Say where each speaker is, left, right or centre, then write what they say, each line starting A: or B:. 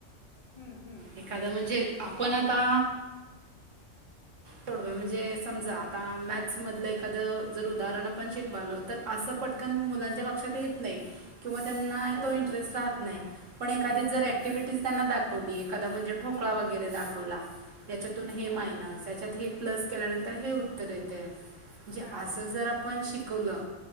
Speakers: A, on the left; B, on the right.
A: हम्म हम्म
B: एखादं म्हणजे आपण पण आता थोडे म्हणजे समजा आता मॅथ्स मधलं एखादं जर उदाहरण आपण शिकवालो तर असं पटकन मुलांच्या लक्षात येत नाही किंवा त्यांना
A: हो
B: तो
A: ना
B: इंटरेस्ट राहत नाही पण एखादीच जर
A: हम्म
B: ॲक्टिव्हिटीज त्यांना दाखवली एखादा म्हणजे ठोकळा
A: हम्म
B: वगैरे दाखवला याच्यातून हे
A: हा
B: मायनस याच्यात <unintelligible> प्लस केल्यानंतर हे उत्तर येत म्हणजे
A: हा
B: असं जर आपण पण शिकवलं